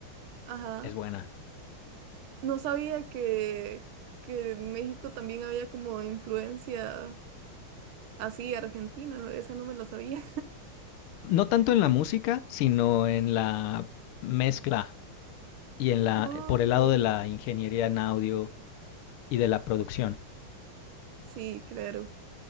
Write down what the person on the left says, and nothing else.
es buena.
No tanto en la música, sino en la mezcla y en la,
por el lado de la ingeniería en audio y de la producción.